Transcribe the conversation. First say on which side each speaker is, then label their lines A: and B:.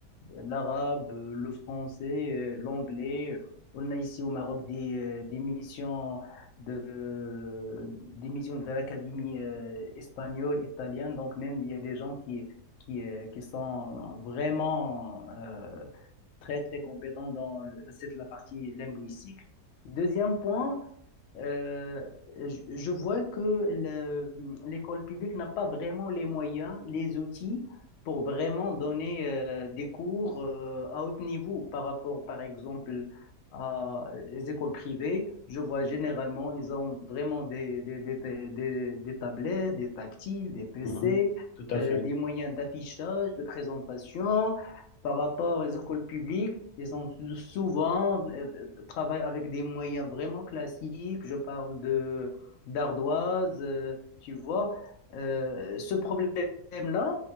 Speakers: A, on the left; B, on the left.
A: l'arabe, euh, le français, euh, l'anglais. On a ici au Maroc des, euh, des missions de, des missions de l'Académie euh, espagnole, italienne. Donc même, il y a des gens qui, qui, euh, qui sont vraiment euh, très, très compétents dans le- cette, la partie linguistique. Deuxième point, euh, je je vois que le- l'école publique n'a pas vraiment les moyens, les outils pour vraiment donner euh, des cours euh, à haut niveau par rapport, par exemple, à les écoles privées. Je vois généralement, ils ont vraiment des, des, des, des, des tablettes, des tactiles, des PC,
B: Mhm. Tout à
A: euh,
B: fait,
A: des moyens d'affichage, de présentation par rapport aux écoles publiques, ils ont souvent euh, travaillent avec des moyens vraiment classiques. Je parle de d'ardoise, euh, tu vois. Euh, ce problème-là,